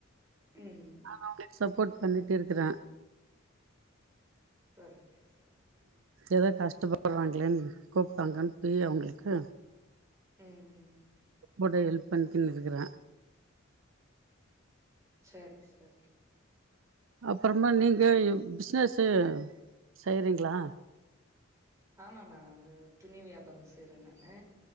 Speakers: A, on the right; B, on the right.
A: ம்
B: நாங்க அவங்களுக்கு சப்போர்ட் பண்ணி ருக்குற
A: சரி சரி
B: எதோ கஷ்டப்படுறாங்களேன் கூப்ட்டாங்கன் பேய் அவங்களுக்கு
A: ம் ம்
B: போடே எல்ப் பண்கின் இருக்குற
A: ச்சேரி சரி
B: அப்றமா நீங்க ஏ பிசினஸ்சு செய்றீங்ளா
A: ஆமா நாங்க துணி வியாபார செ செய்ற நானு